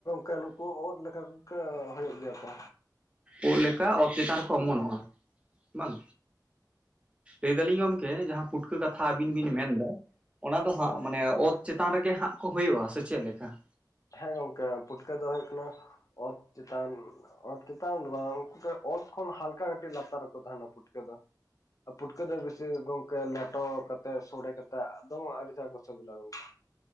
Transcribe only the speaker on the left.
ᱠᱟ ᱱᱩᱠᱩ ᱩᱫ ᱞᱮᱠᱟ ᱜᱮᱠᱚ ᱠᱚ ᱦᱳᱭᱳᱜ ᱜᱮᱭᱟ ᱠᱚ
ᱦᱮᱸ᱾
ᱦᱮᱸ ᱜᱚᱝᱠᱮ ᱯᱩᱴᱠᱟᱹ ᱫᱚ ᱦᱳᱭᱳᱜ ᱠᱟᱱᱟ ᱚᱛ ᱪᱮᱛᱟᱱ ᱚᱛ ᱪᱮᱛᱟᱱ ᱫᱚ ᱵᱟᱝ ᱩᱱᱠᱩ ᱫᱚ ᱚᱛ ᱠᱷᱚᱱ ᱦᱟᱞᱠᱟ ᱠᱟᱹᱴᱤᱡ ᱞᱟᱛᱟᱨ ᱨᱮᱠᱚ ᱛᱟᱦᱮᱱᱟ ᱯᱩᱴᱠᱟᱹ ᱫᱚ ᱯᱩᱴᱠᱟᱹ ᱫᱚ ᱵᱮᱥᱤ ᱜᱚᱝᱠᱮ ᱞᱮᱴᱚ ᱠᱟᱛᱮᱜ ᱥᱚᱲᱮ ᱠᱟᱛᱮᱚᱜ ᱥᱟᱫᱚᱢ ᱟᱹᱰᱤᱴᱟᱹᱜ ᱠᱚ ᱥᱮᱵᱮᱞᱟ ᱜᱚᱝᱠᱮ